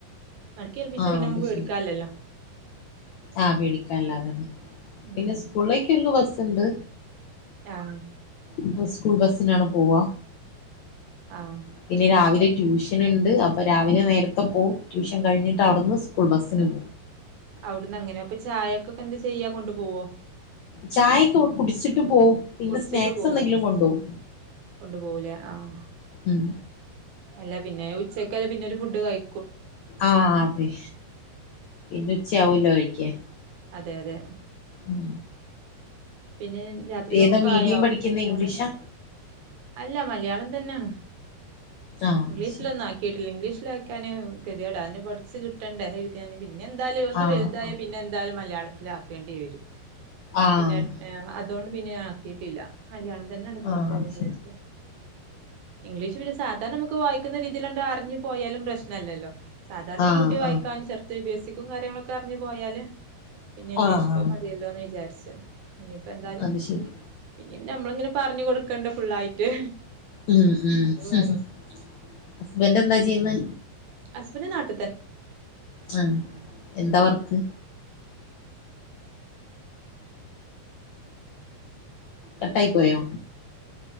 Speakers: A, on the right; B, on the left.
A: മടക്കി ഏൽപിച്ച
B: ആഹ്
A: പിന്നെ
B: അത്
A: നമക്ക് പേടിക്കാനില്ലല്ലോ
B: ശരി ആഹ് പേടിക്കാല്ലാ അതന്നെ
A: ഉം
B: പിന്നെ സ്കൂളിലേക്ക് ഇവർക്ക് ബസ്ണ്ട്
A: ആഹ്
B: ഇപ്പ സ്കൂൾ ബസ്സിനാണ് പോവാ
A: ആഹ്
B: പിന്നെ രാവിലെ ട്യൂഷൻണ്ട് അപ്പോ രാവിലെ നേരത്തെ പോകും ട്യൂഷൻ കഴിഞ്ഞിട്ട് അവിടുന്ന് സ്കൂൾ ബസ്സിന് പോകും
A: ഔടന്നങ്ങനെ അപ്പൊ ചായക്കെക്കെ എന്താ ചെയ്യാ കൊണ്ട് പോവോ
B: ചായക്കെ ഇവിടെ കുടിച്ചിട്ട് പോവും പിന്നെ
A: പൊടിച്ചിട്ട്
B: സ്നാക്സ്
A: പോവോ?
B: എന്തെങ്കിലും കൊണ്ടേവും
A: കൊണ്ടു പോവുലേ ആഹ്
B: ഉം
A: അല്ല പിന്നെ ഉച്ചയ്ക്കല്ലെ പിന്നെ ഒരു ഫുഡ് കഴി
B: ആഹ് അതെ പിന്നെ ഉച്ചവൂല കഴിക്ക്യാൻ
A: അതെ അതെ
B: ഉം
A: പിന്നെ രാത്രികക്കൊക്കെ
B: ഏതാ മീഡിയം
A: ആയോ
B: പഠിക്കുന്നെ
A: എന്താണ്
B: ഇംഗ്ലീഷാ
A: അല്ല മലയാളം തന്നെണ്
B: ആഹ്
A: ഇംഗ്ലീഷിലൊന്നും
B: ശരി
A: ആക്കി കിട്ടില്ല ഇംഗ്ലീഷിലാക്കാന് കെത്യോടാ അതിന് പഠിച്ച് കിട്ടണ്ടേ ക്കാന് പിന്നെ എന്താലും ഒന്നും
B: ആഹ്
A: വലുതായ
B: ആഹ്
A: പിന്നെ എന്തായാലും മലയാളത്തിലാക്കേണ്ടി വരും
B: ആഹ്
A: പിന്നെ അഡ് ഏഹ് അതൊണ്ട് പിന്നെ യാ ആക്കിട്ടില്ല മലയാളം തന്നെണ്ട് പോട്ടെന്ന്
B: ആഹ് അത്
A: വിചാരിച്ച്
B: ശരി
A: ഇംഗ്ലീഷ് പിന്നെ സാധാരണമ്മക്ക് വായിക്കുന്ന രീതീലാണ്ട് അറിഞ്ഞ് പോയാലും പ്രശ്നല്ലല്ലോ സാധാരണ
B: ആഹ്
A: കൂട്ടി വായിക്കാനും
B: ആഹ്
A: ചെറുത്ത് ബേയ്സിക്കും കാര്യങ്ങളൊക്കെ അറിഞ്ഞ് പോയാല് പിന്നെ ഇംഗ്ലീഷ്
B: ആഹ്
A: ഇപ്പൊ
B: ആഹ്
A: മതിയല്ലോന്ന് വിചാരിച്ച് ഇനിയിപ്പെന്താലും
B: അത് ശരി
A: ഇനിപ്ന്നെ നമ്മള്ങ്ങനെ പറഞ്ഞു കൊടുക്കണ്ട് ഫുള്ളായിട്ട്
B: ഉം ഉംഹ്
A: അത് വേണം.
B: ഹസ്ബന്റെന്താ ചെയ്യുന്നേ
A: അസ്ബന്റ് നാട്ടി തന്നെ
B: ആ എന്താ വർക്ക് കട്ടായി പോയോ